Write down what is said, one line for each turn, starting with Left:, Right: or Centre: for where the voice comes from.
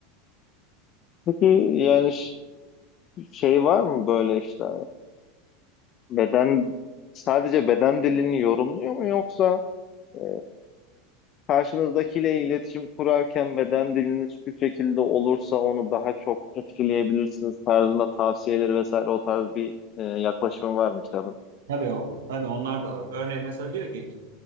Left: Peki yani
Right: E,
Left: ş- şey var mı böyle işte e, beden sadece beden dilini yorumluyor mu yoksa e, karşınızdakiyle iletişim kurarken beden diliniz şu şekilde olursa onu daha çok etkileyebilirsiniz tarzında tavsiyeleri vesaire o tarz bir e, yaklaşımı var mı kitabın?
Right: Tabii o. Tabii onlar da var. Örneğin mesela diyor ki